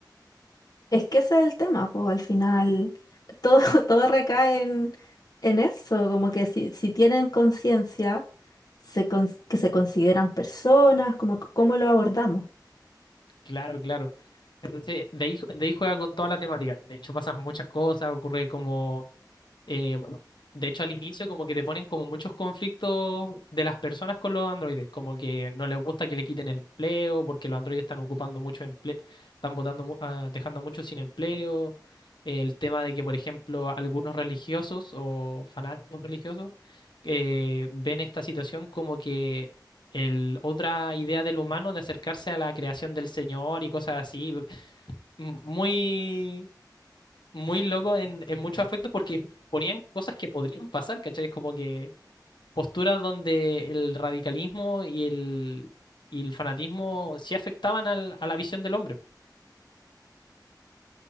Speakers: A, on the left; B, on the left.
A: Es que ese es el tema, pues al final todo, <laughs> todo recae en, en eso, como que si, si tienen conciencia, se cons- que se consideran personas, como c- cómo lo abordamos.
B: Claro, claro. Entonces, de ahí, de ahí juega con toda la temática. De hecho, pasan muchas cosas, ocurre como... eh, bueno, de hecho, al inicio como que te ponen como muchos conflictos de las personas con los androides, como que no les gusta que le quiten el empleo, porque los androides están ocupando mucho empleo, están botando, mu- ah, dejando muchos sin empleo. El tema de que, por ejemplo, algunos religiosos o fanáticos religiosos eh, ven esta situación como que el, otra idea del humano de acercarse a la creación del Señor y cosas así. M- Muy, muy loco en, en muchos aspectos porque ponían cosas que podrían pasar, ¿cachai? Es como que posturas donde el radicalismo y el, y el fanatismo sí afectaban al- a la visión del hombre.